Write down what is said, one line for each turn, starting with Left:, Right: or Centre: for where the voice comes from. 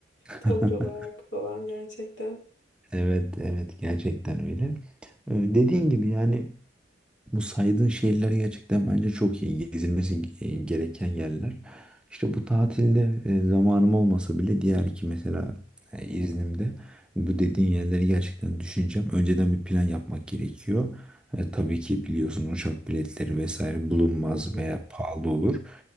Centre: <laughs>
Left: Tavır olarak falan gerçekten.
Centre: evet, evet gerçekten öyle. E, Dediğin gibi yani Bu saydığın şehirler gerçekten bence çok iyi. Gezilmesi e, gereken yerler. İşte bu tatilde e, zamanım olmasa bile diğer iki mesela e, iznimde bu dediğin yerleri gerçekten düşüneceğim. Önceden bir plan yapmak gerekiyor. E, tabii ki biliyorsun uçak biletleri vesaire bulunmaz
Left: Hı hı.
Centre: veya pahalı olur.